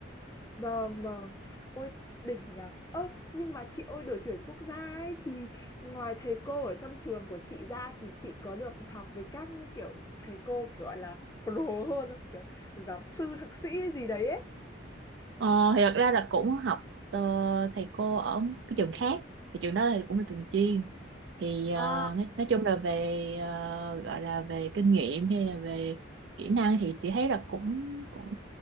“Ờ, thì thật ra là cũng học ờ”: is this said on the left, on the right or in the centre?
Right